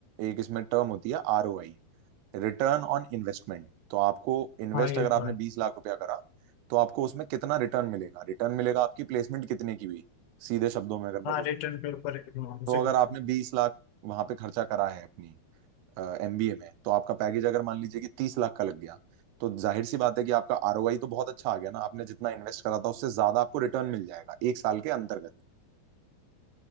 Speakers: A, on the right (about 90°); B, on the left (about 75°).
A: एक इसमें टर्म होती है आरओआई रिटर्न ऑन इन्वेस्टमेंट तो आपको इन्वेस्ट
B: हाँ ये
A: अगर
B: तो
A: आपने
B: है
A: बीस लाख रुपया करा तो आपको उसमें कितना रिटर्न मिलेगा रिटर्न मिलेगा आपकी प्लेसमेंट कितने की हुई सीधे शब्दों में अगर मैं
B: हाँ
A: बोलूँ
B: रिटर्न के ऊपर एक- हाँ, उसी
A: तो अगर
B: के ऊपर
A: आपने बीस लाख वहां पे खर्चा करा है अपनी एमबीए में तो आपका पैकेज अगर मान लीजिए कि तीस लाख का लग गया तो जाहिर सी बात है कि आपका आरओआई तो बहुत अच्छा आ गया ना आपने जितना इन्वेस्ट करा था उससे ज्यादा आपको रिटर्न मिल जाएगा एक साल के अंतर्गत